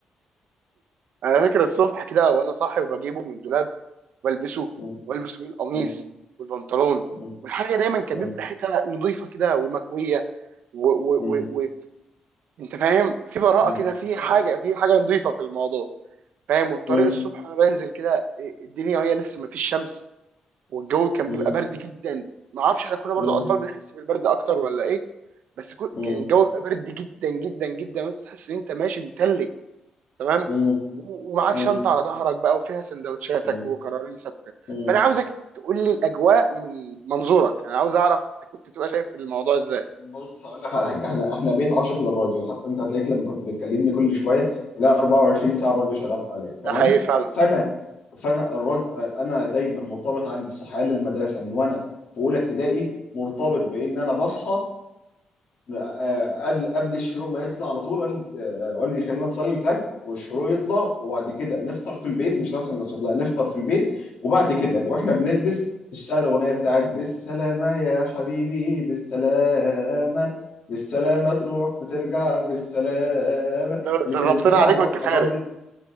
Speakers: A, on the right (about 80°); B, on the left (about 65°).
A: انا فاكر الصبح كده وانا صاحي وبجيبه من الدولاب والبسه
B: مم.
A: والبس فيه القميص
B: مم.
A: والبنطلون
B: مم.
A: والحاجه دايما كان
B: مم.
A: بيبقى ريحتها نظيفه كده ومكويه و... و... و...
B: مم.
A: و... انت فاهم في براءه
B: مم.
A: كده في
B: ايوه
A: حاجه في حاجه نظيفه في الموضوع فاهم والطريق
B: مم.
A: الصبح وانا بنزل كده الدنيا وهي لسه ما فيش شمس والجو كان
B: مم.
A: بيبقى برد جدا ما اعرفش احنا كنا برضو
B: مم.
A: اطفال بنحس بالبرد اكتر ولا ايه بس كو-
B: مم.
A: كان الجو بيبقى برد جدا جدا جدا وانت تحس ان انت ماشي متلج تمام
B: مم.
A: و- ومعاك
B: مم.
A: شنطه على ظهرك بقى وفيها سندوتشاتك
B: مم.
A: وكراريسك وكده
B: مم.
A: فانا عاوزك تقول لي الاجواء من منظورك انا عاوز اعرف انت كنت بتبقى شايف الموضوع ازاي
B: بص اقول لك اخر حاجه احنا احنا بيت عاشق للراديو حتى انت هتلاقيك لما كنت بتكلمني كل شويه تلاقي 24 ساعه الراديو شغال حواليا
A: ده
B: تمام
A: حقيقي فعلا
B: فانا فانا الراديو انا دايما مرتبط عندي الصحيان للمدرسه من وانا في اولى ابتدائي مرتبط بان انا بصحى آه، قبل قبل الشروق ما يطلع على طول والدي آه، والدي يخلينا نصلي الفجر والشروق يطلع وبعد كده نفطر في البيت مش نفس السندوتشات لا نفطر في البيت وبعد كده واحنا بنلبس تشتغل اغنيه بتاعت بالسلامه يا حبيبي بالسلامه بالسلامه تروح وترجع بالسلامه
A: ده
B: اللي
A: ده
B: كانت
A: ضبطنا
B: بتيجي
A: عليك
B: على الر-
A: وانت خارج
B: على الراديو